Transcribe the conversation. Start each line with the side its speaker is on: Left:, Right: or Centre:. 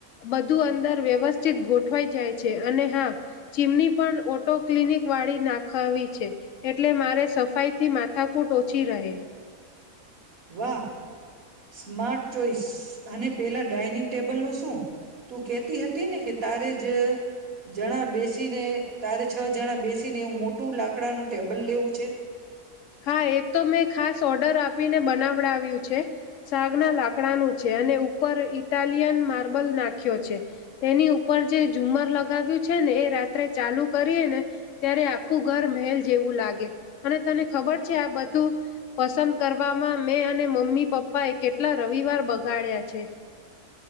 Left: બધું અંદર વ્યવસ્... િત ગોઠવાઈ જાય છે. અને હા, ચીમની પણ ઓટો કલિનિક વાળી નાખાવી છે‌ એટલે મારે સફાઈથી માથાકૂટ ઓછી રહે..
Right: વાહ! Smart choice. અને પેલા ડાઇનિંગ ટેબલ નું શું? તું કેહેતી હતી ને કે તારે જ જણા બેસીને તારે છ જણા બેસીને એવું મોટું લાકડાનું ટેબલ લેવું છે.
Left: હા.. એ તો મેં ખાસ ઓર્ડર આપીને બનાવડાવ્યું છે. સાગના લાકડાનું છે. અને ઉપર ઇટાલિયન માર્બલ નાખ્યો છે તેની ઉપર જે ઝુમર લગાવ્યું છે ને એ રાત્રે ચાલુ કરીએ ને ત્યારે આખું ઘર મહેલ જેવું લાગે અને તને... ખબર છે આ બધું પસંદ કરવામાં મેં અને મમ્મી પપ્પા એ કેટલા રવિવાર બગાડ્યા છે.